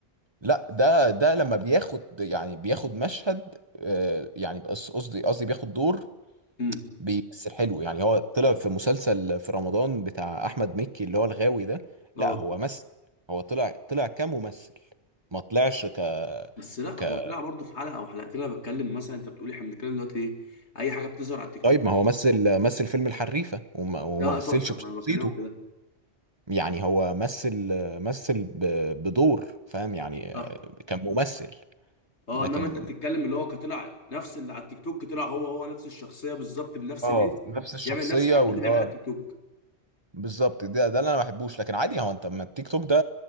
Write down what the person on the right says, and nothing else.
لا ده ده لما بياخد يعني بياخد مشهد آه، يعني بس قصدي قصدي بياخد دور
بيمثل حلو يعني هو طلع في مسلسل في رمضان بتاع احمد مكي اللي هو الغاوي ده
لا هو مثل هو طلع طلع كممثل ما طلعش ك
ك
طيب
ما هو مثل مثل فيلم الحريفة وما, وما
مثلش
بشخصيته
يعني هو مثل مثل ب... بدور فاهم يعني
آه، كان ممثل
لكن
اه
نفس الشخصية
واللي
هو
بالظبط ده ده اللي انا ما بحبوش لكن عادي هو انت ما التيك توك ده